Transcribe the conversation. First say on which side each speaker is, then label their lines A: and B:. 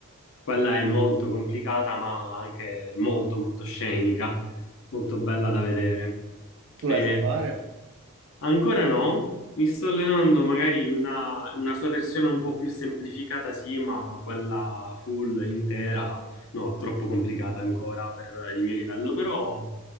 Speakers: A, on the left; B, on the right.
A: Quella è molto complicata, ma anche molto, molto scenica, molto bella da vedere.
B: Tu
A: E
B: le sai fare?
A: ancora no, mi sto allenando magari una, una sua versione un po' più semplificata, sì, ma quella full, intera, no, troppo complicata ancora per il mio livello, però